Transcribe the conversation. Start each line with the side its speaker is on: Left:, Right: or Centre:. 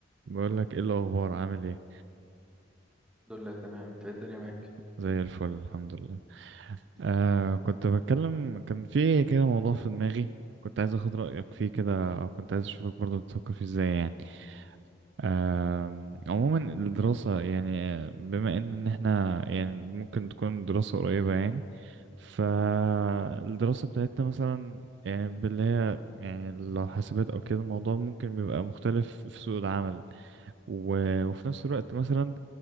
Right: بقول لك ايه الاخبار عامل ايه
Centre: الحمد لله تمام انت ايه الدنيا معاك
Right: زي الفل الحمد لله آه كنت بتكلم كان في كده موضوع في دماغي كنت عايز اخد رايك فيه كده او كنت عايز اشوفك برضو بتفكر فيه ازاي يعني آه عموما الدراسه يعني آه، بما ان إن احنا يعني ممكن تكون دراسه قريبه يعني فالدراسه بتاعتنا مثلا يعني باللي هي يعني لو حاسبات او كده الموضوع ممكن بيبقى مختلف في سوق العمل و... وفي نفس الوقت مثلا